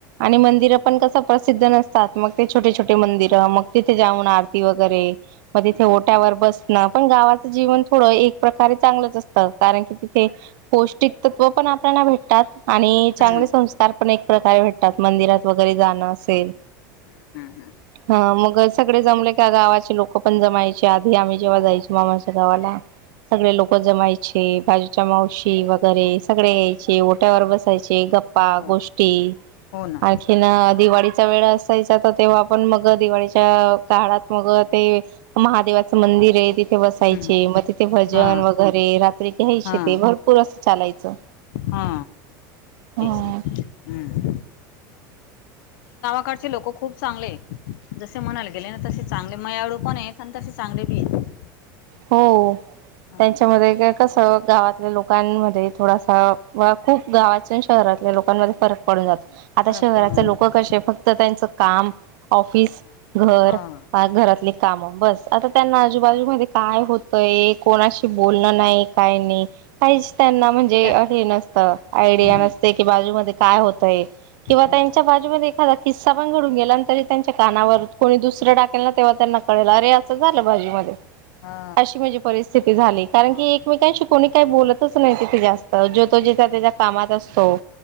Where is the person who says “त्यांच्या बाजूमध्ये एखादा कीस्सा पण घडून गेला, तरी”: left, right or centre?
Right